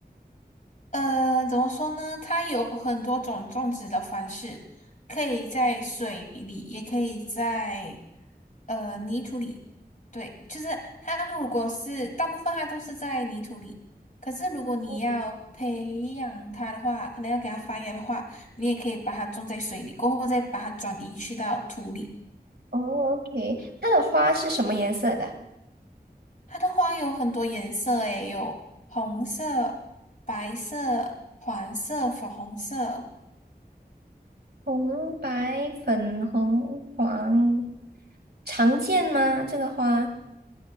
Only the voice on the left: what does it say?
呃，怎么说呢？它有很多种种植的方式，可以在水里，也可以在呃泥土里。对，就是它如果是大部分它都是在泥土里，可是如果你要培养它的话，
可能要给它发芽的话，你也可以把它种在水里，过后再把它转移去到土里。
它的花有很多颜色，诶，有红色、白色、黄色、粉红色。